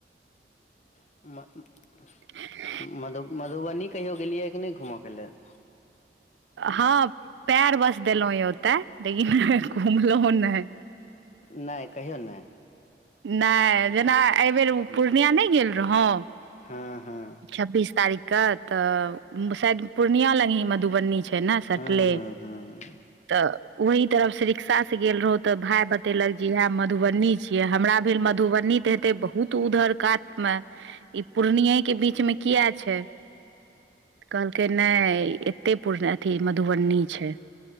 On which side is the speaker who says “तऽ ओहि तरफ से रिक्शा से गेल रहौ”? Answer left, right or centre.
Right